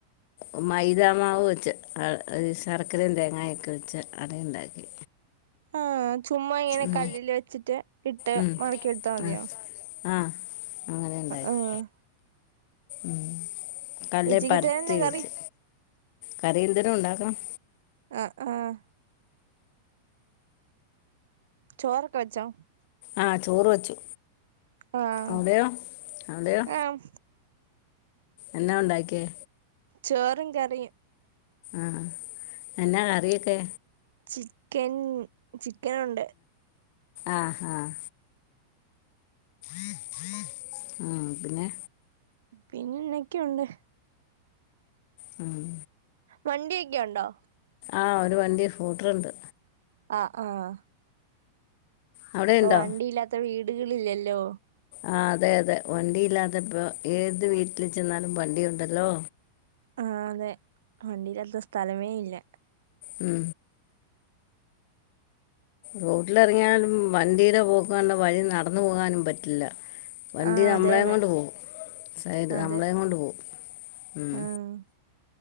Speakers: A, on the left (about 50°); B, on the right (about 85°).
A: ഉംമൈദാമാവ് വെച്ച് അ ശർക്കരയും തേങ്ങായോക്കെ വെച്ച് അടയുണ്ടാക്കി.
B: ആഹ് ചുമ്മാ ഇങ്ങനെ
A: ഉം
B: കല്ലില് വെച്ചിട്ട് ഇട്ട്
A: ഉം
B: മടക്കിയെടുത്താമതിയോ?
A: ആ ആഹ് അങ്ങനെണ്ടാക്കി
B: ആഹ്
A: ഉം കല്ലേ
B: ഉച്ചക്കത്തെ
A: പരത്തി
B: തന്നെ കറി
A: വച്ച് കറിന്തേലും ഉണ്ടാക്കണം
B: ആഹ് ആഹ് ചോറക്കവച്ചോ
A: ആഹ് ചോറ് വെച്ചു
B: ആഹ്
A: അവിടെയോ അവിടെയോ?
B: ആഹ്
A: എന്നാ ഉണ്ടാക്കിയേ
B: ചോറും കറിയും
A: ആഹ് എന്നാ കറിയൊക്കെ
B: ചിക്കൻ ചിക്കൻ ഉണ്ട്
A: ആഹ് ആഹ് ആഹ് ഉം പിന്നെ
B: പിന്നെ എന്നക്കെയുണ്ട്
A: മ്
B: വണ്ടിയൊക്കെഒണ്ടോ
A: ആഹ് ഒരു വണ്ടി ഹൂട്ടറുണ്ട്
B: ആഹ ആഹ
A: അവിടെയുണ്ടോ
B: ഇപ്പൊ വണ്ടിയില്ലാത്ത വീട്കൾ ഇല്ലെല്ലോ
A: ആഹ് അതെ അതെ വണ്ടിയില്ലാത്ത ഇപ്പോ ഏത് വീട്ടിൽ ചെന്നാലും വണ്ടി ഉണ്ടല്ലോ
B: ആഹ് അതെ വണ്ടില്ലാത്ത സ്ഥലമേ ഇല്ല
A: മ് റോട്ടിലറങ്യാലും വണ്ടിടെപോക്കണ്ട വഴി നടന്നു പോകാനും പറ്റില്ല വണ്ടി
B: ആഹ്
A: നമ്മളേം
B: അതെ അതെ
A: കൊണ്ട് പോവും സൈഡ്
B: അതെ
A: നമ്മളേംകൊണ്ട് പോവും മ്
B: ആഹ്